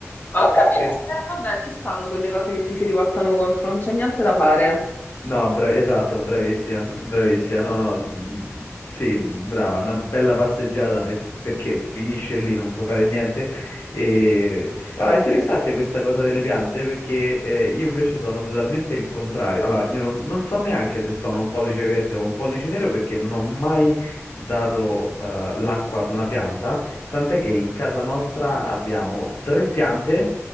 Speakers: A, on the left; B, on the left.
A: Ho capito.
B: Per
A: Eh, vabbè, ci stanno quelle cose che ti si rivoltano contro, non c'è niente da fare.
B: No, bra- esatto, bravissima, bravissima. No, no, mm, sì, brava, una bella passeggiata per- perché finisce lì, non puoi fare niente. E... No, è interessante questa cosa delle piante perché eh, io invece sono totalmente il contrario. Allora, io non, non so neanche se sono un pollice verde o un pollice nero perché non ho mai dato eh, l'acqua ad una pianta, tant'è che in casa nostra abbiamo tre piante.